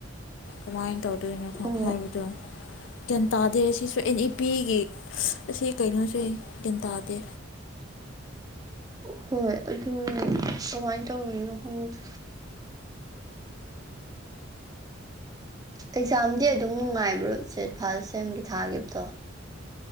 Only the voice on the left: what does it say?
ꯀꯃꯥꯏꯅ ꯇꯧꯗꯣꯏꯅꯣ
ꯍꯥꯏꯕꯗꯣ ꯒ꯭ꯌꯥꯟ ꯇꯥꯗꯦ ꯁꯤꯁꯨ ꯑꯦꯟ ꯏ ꯄꯤꯒꯤ ꯑꯁꯤ ꯀꯩꯅꯣꯁꯦ <unintelligible> ꯗꯥꯗ